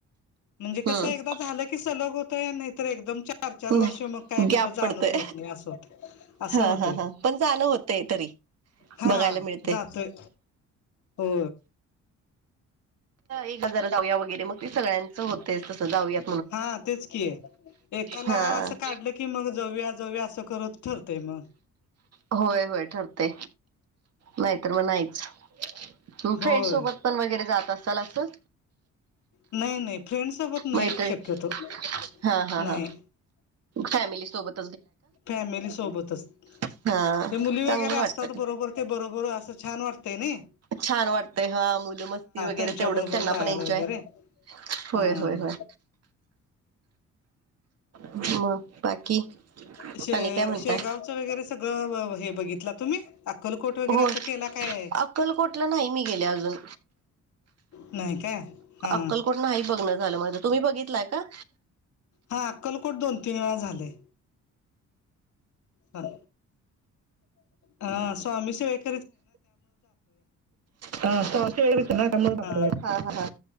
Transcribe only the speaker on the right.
हम्म
नाही
गॅप
पडतोय
हा
हा हा पण जाणं होतंय तरी
बघायला मिळते.
एक हजार जाऊया वगैरे. मग ते सगळ्यांचं होतेय तसं जाऊया.
हा
होय होय ठरते नाहीतर मग नाहीच. तू फ्रेंड
सोबत पण वगैरे जात असाल असं.
मैत्रिण
हा हा
हा फॅमिली सोबत
हा
चांगलं वाटतं
छान वाटतय हा मुल मस्ती वगैरे
तेवढंच
त्यांना
पण एन्जॉय
होय
होय होय. म बाकी
आणि काय म्हणताय
होय
अक्कलकोटला नाही मी गेले अजून
अक्कलकोट नाही बघण झालं. माझं तुम्ही बघितलंय का?
हा तो असे वेगच ना त्यामुळेतोया.
ह